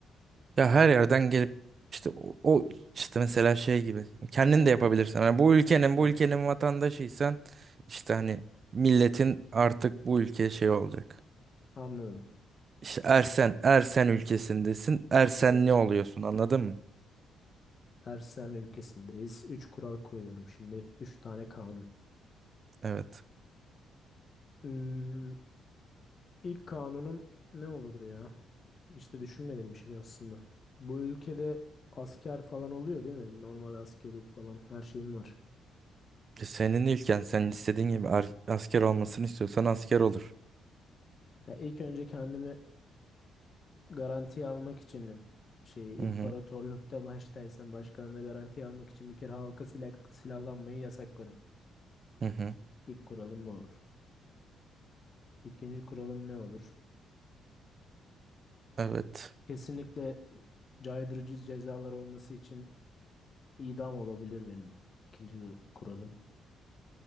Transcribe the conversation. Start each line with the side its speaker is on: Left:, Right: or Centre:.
Right: Ya her yerden gelip işte o, o işte mesela şey gibi kendin
Left: Amerika'dan.
Right: de yapabilirsin. Yani bu ülkenin bu
Left: Evet.
Right: ülkenin vatandaşıysan işte hani milletin artık bu ülke şey olacak.
Left: Anladım.
Right: İşte Ersen Ersen ülkesindesin. Ersen
Left: Evet.
Right: ne oluyorsun anladın mı?
Left: Her sen ülkesindeyiz. Üç kural koyuyorum şimdi. Üç tane kanun.
Right: Evet.
Left: Hmm, ilk kanunum ne olurdu ya? İşte düşünmediğim bir şey aslında. Bu ülkede asker falan oluyor değil mi? Normal askeri falan her şeyim var.
Right: E Senin ülken sen istediğin gibi ar- asker olmasını istiyorsan asker olur.
Left: Ya ilk önce kendimi Garanti almak için şey
Right: Hı
Left: imparatorlukta
Right: hı.
Left: baştaysan başkanına garanti almak için bir kere halka silah, silahlanmayı yasaklarım.
Right: Hı hı.
Left: İlk kuralım bu olur. İkinci kuralım ne olur?
Right: Evet.
Left: Kesinlikle caydırıcı cezalar olması için idam olabilir benim ikinci kur- kuralım.